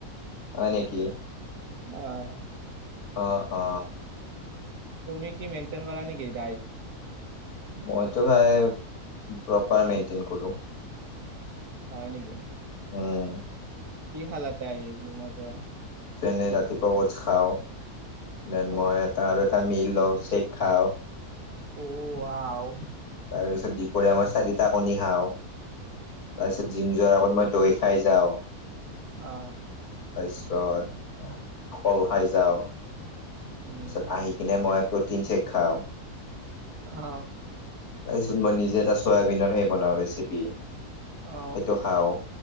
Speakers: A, on the left; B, on the right.
A: হয় নেকি
B: আহ
A: অ অ
B: তুমি কি মেন্থনগাৰী ঘেতাই
A: মইতো ভাই প্ৰপাৰ মেইনটেইন কৰো
B: হয় নেকি
A: উম
B: কি খালাতে আহিছি মৰ পৰা
A: নে ৰাতিপুৱা কোচ খাও দেন
B: অ
A: মই এটা আৰু তামি লো শে খাও
B: অ আও
A: তাৰপিছত দপৰীয়া আমই চাৰিটা কণী খাওঁ তাৰপিছত জিম যোৱাৰ আগত মই দৈ খাই যাওঁ
B: অ
A: তাৰপিছত কল খাই যাওঁ তাৰপিছত
B: উম
A: আহি কিনে মই আকৌ প্ৰটিন চেক খাওঁ
B: অ
A: তাৰপিছত মই নিজে এটা চয়াবিনৰ সে বনাওঁ ৰেচিপি সেইটো
B: অ
A: খাও